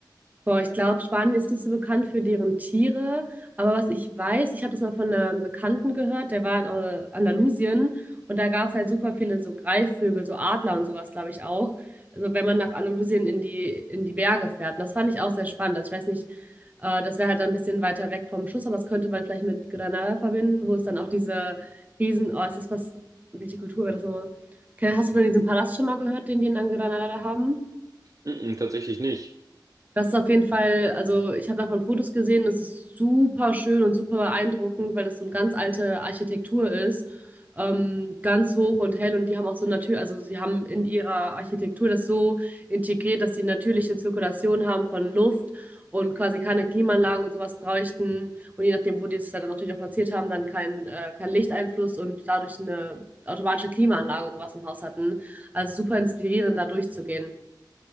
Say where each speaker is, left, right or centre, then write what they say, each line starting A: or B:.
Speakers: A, on the right (about 20°); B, on the right (about 45°).
A: Boah, ich glaube, Spanien ist nicht so bekannt für deren Tiere, aber was ich weiß, ich habe das mal von einem Bekannten gehört, der war in äh, Andalusien und da gab es halt super viele so Greifvögel, so Adler und sowas, glaube ich auch. Also wenn man nach Andalusien in die, in die Berge fährt. Und das fand ich auch sehr spannend. Also ich weiß nicht, äh, das wäre halt dann ein bisschen weiter weg vom Schuss, aber das könnte man vielleicht mit Granada verbinden, wo es dann auch diese Riesen, oh, es ist was, welche Kultur wäre das nochmal? Ke- Hast du von diesem Palast schon mal gehört, den die in Granada da haben?
B: Mm-mm, tatsächlich nicht.
A: Das ist auf jeden Fall, also ich habe davon Fotos gesehen, das ist super schön und super beeindruckend, weil das so eine ganz alte Architektur ist, ähm, ganz hoch und hell und die haben auch so natürlich, also sie haben in ihrer Architektur das so integriert, dass sie natürliche Zirkulation haben von Luft und quasi keine Klimaanlagen und sowas bräuchten und je nachdem, wo die es dann natürlich auch platziert haben, dann kein, äh, kein Lichteinfluss und dadurch eine automatische Klimaanlage und sowas im Haus hatten. Also super inspirierend, da durchzugehen.